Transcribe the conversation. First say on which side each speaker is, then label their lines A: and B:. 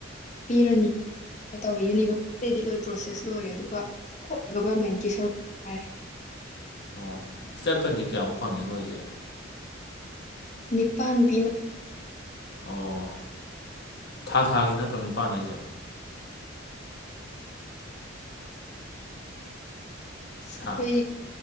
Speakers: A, on the left; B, on the left.
A: ꯄꯤꯔꯅꯤ ꯇꯧꯔꯤ ꯌꯨꯅꯤꯚꯔꯁꯤꯇꯤꯗꯤ ꯂꯣꯏ ꯄ꯭ꯔꯣꯁꯦꯁ ꯂꯣꯏꯔꯦ ꯑꯗꯨꯒ ꯒꯚꯔꯃꯦꯟꯀꯤ ꯁꯔꯨꯛ ꯌꯥꯔ <unintelligible> <inaudible>
B: ꯑꯣ ꯏꯁꯇꯦꯄꯟꯁꯦ ꯀꯌꯥꯃꯨꯛ ꯐꯪꯒꯦ ꯅꯣꯏꯁꯦ
A: ꯅꯤꯄꯥꯥꯟꯕꯤꯅ
B: ꯑꯣ ꯊꯥ ꯊꯥꯒꯤ ꯅꯠꯇ꯭ꯔꯣ ꯅꯤꯄꯥꯜ ꯑꯩꯁꯦ
A: ꯑꯩꯈꯣꯏ
B: ꯍꯥ